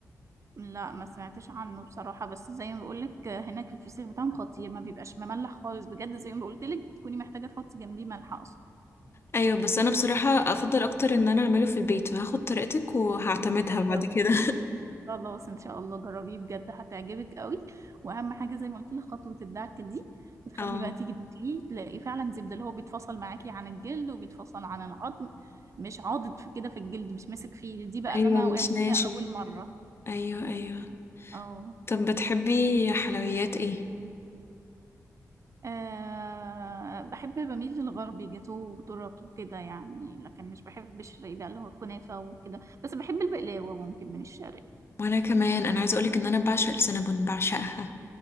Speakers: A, on the right (about 50°); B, on the left (about 40°).
A: لا ما سمعتش عنه بصراحه بس زي ما بقولك هناك الفسيخ بتاعهم خطير ما بيبقاش مملح خالص بجد زي ما قلت لك تكوني محتاجه تحطي جنبيه ملح اصلا
B: ايوه بس انا بصراحة افضل اكتر ان انا اعمله في البيت فهاخد طريقتك وهعتمدها
A: جربي
B: بعد كده
A: خلاص ان شاء الله جربيه بجد هتعجبك قوي واهم حاجه زي ما قلت لك خطوه الدعك دي
B: <laughs>
A: بتخليه
B: اه
A: بقى تيجي تاكليه تلاقي فعلا زبده اللي هو بيتفصل معاكي عن الجلد وبيتفصل عن العظم مش عاضد في كده في الجلد مش ماسك فيه دي بقى
B: ايوه
A: اللي انا
B: مش
A: وقعت فيها
B: ناشف
A: اول مره
B: ايوه ايوه
A: اه
B: طب بتحبي حلويات ايه
A: آه، بحب بميل للغربي جاتوه وتورت وكده يعني لكن مش بحب الشرقي بقى اللي هو الكنافه وكده بس بحب البقلاوه ممكن من الشرقي
B: وانا كمان انا عايزه اقولك ان انا بعشق السينابون بعشقها